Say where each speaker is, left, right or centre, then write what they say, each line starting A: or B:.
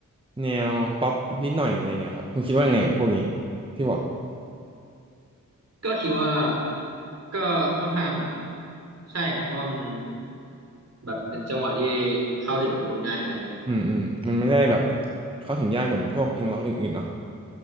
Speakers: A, on the right; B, on the right.
A: แนวป๊อปนิดหน่อยอะไรเงี้ยครับคุณคิดว่าไงกับพวกนี้ที่บอก
B: ก็คิดว่าก็ค่อนข้างใช่นะเพราะว่ามัน แบบเป็นจังหวะที่เข้าถึงคนง่ายอะไรอย่างงี้
A: อืมอืมมันไม่ได้แบบเข้าถึงยากเหมือนพวกเพลงร็อกอื่นๆเนาะ